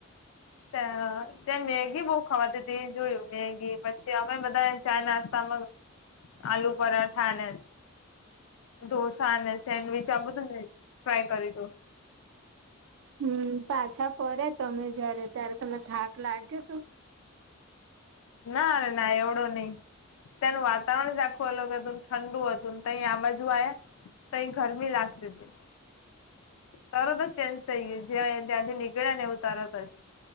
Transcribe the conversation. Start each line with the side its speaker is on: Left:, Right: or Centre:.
Left: ત ત્યાં મેગી બહુ ખાવાતી હતી ઈ જોયું, મેગી, પછી અમે બધાએ ચા નાસ્તામાં આલુ પરાઠા ને ઢોસા ને, સેન્ડવીચ આ બધું ટ્રાય કર્યું તું.
Right: હમ્મ, પાછા ફર્યા તમે જય્યારે, ત્યારે તમને થાક લાગ્યો તો?
Left: ના રે ના એવડો નહી. ત્યાંનું વાતાવરણ જ આખું અલગ હતુંન ઠંડુ હતું, તહીં આ બાજુ આયા પહી ગરમી લાગતી તી. તરત જ ચેન્જ થઈ ગયુ, જ્યારે ત્યાંથી નીકળ્યાને એવું તરત જ,